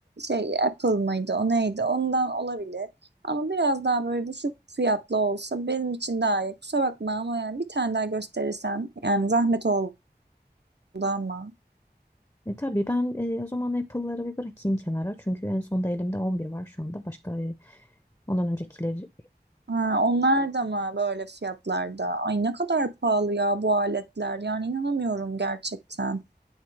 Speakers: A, on the right; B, on the left.
A: şey Apple mıydı o neydi ondan olabilir. Ama biraz daha böyle düşük fiyatlı olsa benim için daha iyi. Kusura bakma ama yani bir tane daha gösterirsen yani zahmet oldu ama.
B: E, tabii ben e, o zaman Apple'ları bir bırakayım kenara. Çünkü en sonda elimde 11 var şu anda. Başka e, ondan öncekileri.
A: Ha, onlar da mı böyle fiyatlarda? Ay ne kadar pahalı ya bu aletler. Yani inanamıyorum gerçekten.